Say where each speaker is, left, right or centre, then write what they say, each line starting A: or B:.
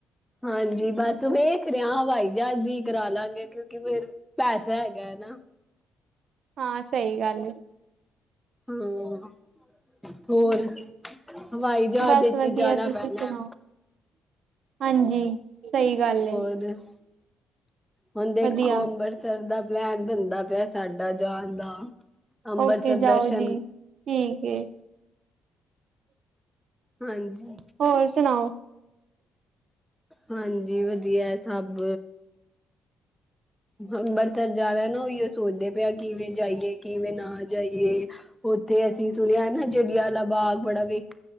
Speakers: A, in the centre; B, on the right.
A: ਹਾਂਜੀ, ਬਸ ਵੇਖ ਰਿਹਾ, ਹਵਾਈ ਜਹਾਜ਼ ਦੀ ਕਰਾ ਲਾਂਗੇ, ਕਿਉਂਕਿ ਫੇਰ ਪੈਸਾ ਹੈਗਾ ਨਾਂ।
B: ਹਾਂ, ਸਹੀ ਗੱਲ ਹੈ।
A: ਹਾਂ ਹੋਰ, ਹਵਾਈ ਜਹਾਜ਼
B: ਬਸ
A: ਵਿੱਚ
B: ਵਧੀਆ
A: ਜਾਣਾ
B: ਤੁਸੀਂ
A: ਪੈਣਾ।
B: ਸੁਣਾਓ ਹਾਂਜੀ, ਸਹੀ ਗੱਲ ਏ।
A: <inaudible> ਹੁਣ ਦੇਖੋ,
B: ਵਧੀਆ
A: ਅੰਮ੍ਰਿਤਸਰ ਦਾ ਪਲੈਨ ਬਣਦਾ ਪਿਆ, ਸਾਡਾ ਜਾਣ ਦਾ ਅੰਬਰਸਰ
B: ਓਕੇ, ਜਾਓ
A: ਦਰਸ਼ਨ
B: ਜੀ ਠੀਕ ਏ।
A: ਹਾਂਜੀ,
B: ਹੋਰ ਸੁਣਾਓ?
A: ਹਾਂਜੀ, ਵਧੀਆ ਸਭ।
B: <unintelligible>
A: ਅੰਬਰਸਰ ਜਾਣਾ ਨਾ, ਓਈਓ ਸੋਚਦੇ ਪਏ ਹਾਂ, ਕਿਵੇਂ ਜਾਈਏ, ਕਿਵੇਂ ਨਾ ਜਾਈਏ? ਉੱਥੇ ਅਸੀਂ ਸੁਣਿਆ ਨਾ, ਜਲਿਆਂਵਾਲ੍ਹਾ ਬਾਗ ਬੜਾ ਵੇਖ